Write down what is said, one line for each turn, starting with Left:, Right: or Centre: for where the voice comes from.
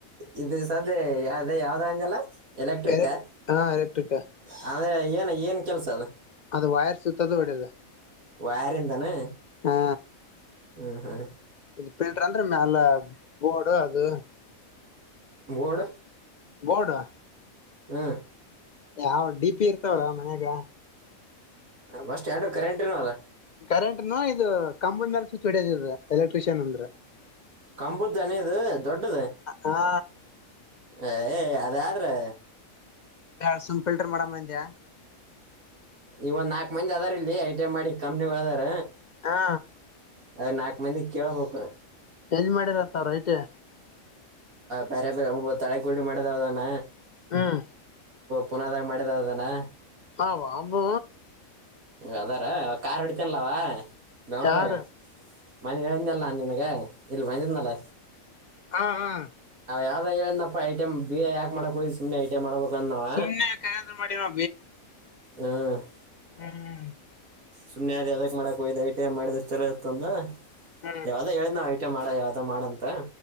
Right: ಇದು ಸದ ಅದೇ ಯಾವ್ದ ಅಂಗಲ್ಲ ಎಲೆಕ್ಟ್ರಿಕ
Left: ಎಲೆಕ್
Right: --
Left: ಹಾ ಎಲೆಕ್ಟ್ರಿಕ್
Right: ಅದೆ ಏನ್ ಏನ್ ಕೆಲ್ಸ ಅದು.
Left: ಅದು ವೈರ್ ಸುುತ್ತದ <unintelligible>
Right: ವೈರಿಂದೇನಾ
Left: ಹಾ
Right: ಹ್ಮ ಹ್ಮ
Left: ಇದು ಫಿಲ್ಟರ್ ಅಂದ್ರೆ ಮೆಲ ಬೋರ್ಡ್ ಅದು.
Right: ಬೋಡ
Left: ಬೊಡ್
Right: ಹ್ಮ
Left: ಯಾವ್ ಡಿ ಪಿ ಇರ್ತಾವಲ್ಲ ಮನ್ಯಾಗ.
Right: ಬಸ್ಟ್ ಎರಡು ಕರೆಂಟ್ ನು ಅದ.
Left: ಕರೆಂಟ್ನು ಇದು ಕಂಬಲ್ ಮೇಲೆ ಸುಚ್ ಹೊಡ್ಯದಿದ್ರ ಎಲೆಕ್ಟ್ರಿಷಿಯನ್ ಅಂದ್ರ.
Right: ಕಂಬುದೆನಾ ಇದು ದೊಡ್ದ್
Left: ಹಾ
Right: ಏ ಅದ್ ಆದ್ರೆ
Left: ಎಳ್ ಸುಮ್ ಫಿಲ್ಟರ್ ಮಾಡ ಮಂದ್ಯಾ.
Right: ಇವ್ಂದ್ ನಾಲ್ಕು ಮಂದಿ ಅದಾರ್ ಇಲ್ಲಿ ಐ ಟಿ ಐ ಮಾಡಿ ಕಂಪ್ನಿಗಳು ಅದಾರ.
Left: ಹಾ
Right: ಅದೇ ನಾಕ್ ಮಂದಿ ಕೇೇಳಬೇಕು.
Left: ಎಲ್ ಮಾಡಿರಂತ್ರ ಅವ್ರ್ ಐಟಿಐ.
Right: ಬೇರೆ ಬೇರೆ ಒಬ್ಬ ತಳೆ ಗುಂಡಿ ಮಾಡಿದ ನದಾನ.
Left: ಹ್ಮ
Right: ಪುನಾದಾಗ ಮಾಡಿದನ್ ಅದಾನ.
Left: ಹ ಅಬ್ಬೊ
Right: ಅದಾರ ಕಾರ್ ಅಡಿತನಲವಾ ಬೆಂಗ್ಳೂರಿಗೆ.
Left: ಯಾರು
Right: ಮನೆ ಹೇಳದ್ನಲ್ಲ ನಿನಗೆ ಇಲ್ ಬಂದಿದ್ನಲ್ಲ.
Left: ಹಾ ಹಾ
Right: ಯಾವ್ದ್ ಹೇಳನಪ್ಪ ಐಟಮ್ ಬಿ ಎ ಎಕ್ ಮಾಡಕ್ ಹೋಯ್ತಿ ಸುಮ್ನೆ. ಮಾಡ್ಬೇಕಂದಾವ
Left: ಸುಮ್ನೆ ಕರೆಂದ್ರ ಮಾಡಿನೋ
Right: ಹಾ <unintelligible>
Left: ಹ್ಮ
Right: ಸುಮ್ನೆಾಗ ಯಾವದಕ್ ಮಾಡಕ್ೋಯ್ದ ಐಟ ಮಾಡಿದ್ರ ಚಲೋ ಇತ್ತ ಅಂದ
Left: ಹ್ಮ್
Right: ಯಾವದ ಹೇಳ್ ನಾವವು ಬಟೆ ಮಾಡ ಯಾವ್ದ ಮಾಡ ಅಂತ